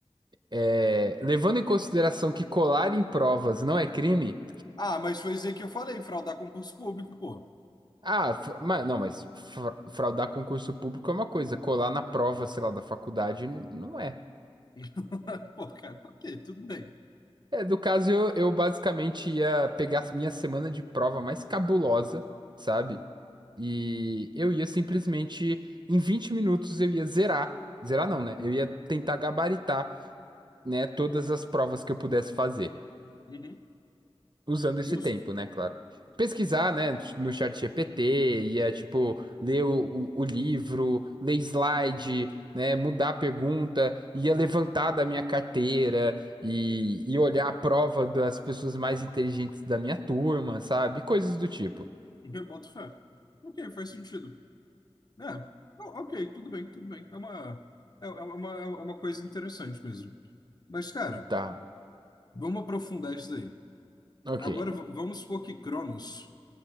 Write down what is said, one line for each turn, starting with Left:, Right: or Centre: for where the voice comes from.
Right: É, levando em consideração que colar em provas não é crime.
Left: Ah, mas foi dizer que eu falei, fraudar concurso público, pô.
Right: Ah, fra- mas, não, mas fra- fraudar concurso público é uma coisa, colar na prova, sei lá, da faculdade n- não é.
Left: <laughs> Pô, cara, ok, tudo bem.
Right: É, do caso, eu, eu basicamente ia pegar minha semana de prova mais cabulosa, sabe? E eu ia simplesmente, em 20 minutos, eu ia zerar. Zerar não, né? Eu ia tentar gabaritar né, todas as provas que eu pudesse fazer,
Left: Uhum,
Right: usando
Left: justo.
Right: esse tempo, né, claro. Pesquisar, né, no chat GPT, ia, tipo, ler o, o, o livro, ler slide, né, mudar a pergunta, ia levantar da minha carteira e, e olhar a prova das pessoas mais inteligentes da minha turma, sabe? Coisas do tipo.
Left: Eu boto fé. Ok, faz sentido. É, o- ok, tudo bem, tudo bem. É uma, é, é uma, é uma coisa interessante mesmo. Mas, cara,
Right: Tá,
Left: vamos aprofundar isso daí.
Right: ok.
Left: Agora, v- vamos supor que Cronos,